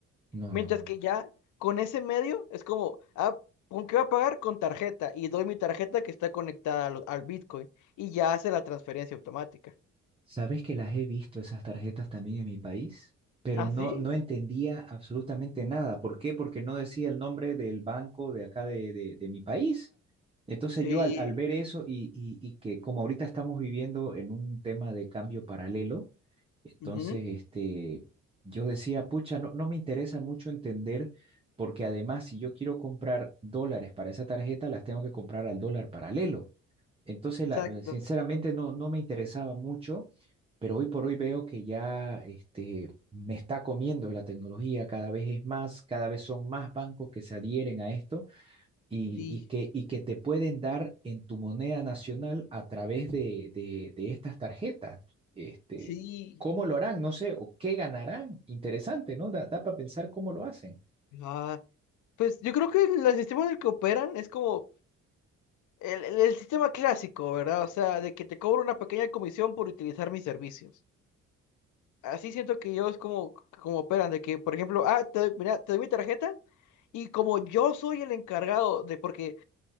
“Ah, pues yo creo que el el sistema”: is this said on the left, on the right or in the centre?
Left